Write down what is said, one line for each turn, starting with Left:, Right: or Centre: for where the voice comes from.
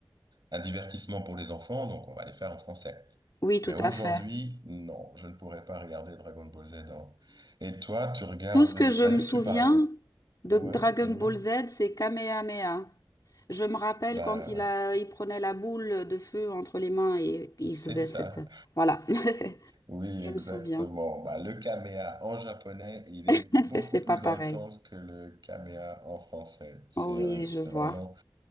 Right: un divertissement pour les enfants, donc on va les faire en français.
Left: oui, tout
Right: Mais aujourd'hui,
Left: à fait.
Right: non, je ne pourrais pas regarder Dragon Ball Z. en- Et toi, tu regardes,
Left: Tout ce que je
Right: t'as
Left: me
Right: dit
Left: souviens
Right: que tu parlais.
Left: de
Right: Ouais,
Left: Dragon
Right: dis-moi.
Left: Ball Z, c'est Kamehameha. Je me rappelle
Right: Bah
Left: quand il
Right: ouais,
Left: a, il prenait la boule de feu entre les mains et
Right: c'est
Left: il faisait
Right: ça.
Left: cette... Voilà,
Right: Oui,
Left: <laughs> je
Right: exactement.
Left: me souviens.
Right: Bah, le kamea en japonais, il est
Left: <laughs>
Right: beaucoup
Left: C'est
Right: plus
Left: pas pareil.
Right: intense que le kamea en français. C'est
Left: Oh oui,
Right: euh, c'est
Left: je vois.
Right: vraiment,